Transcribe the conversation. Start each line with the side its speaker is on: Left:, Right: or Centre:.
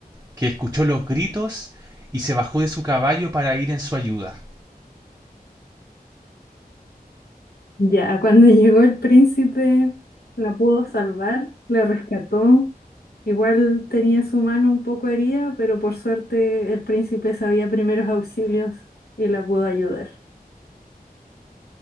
Right: que escuchó los gritos y se bajó de su caballo para ir en su ayuda.
Left: Ya, cuando <laughs> llegó el príncipe, la pudo salvar, la rescató. Igual tenía su mano un poco herida, pero por suerte el príncipe sabía primeros auxilios y la pudo ayudar.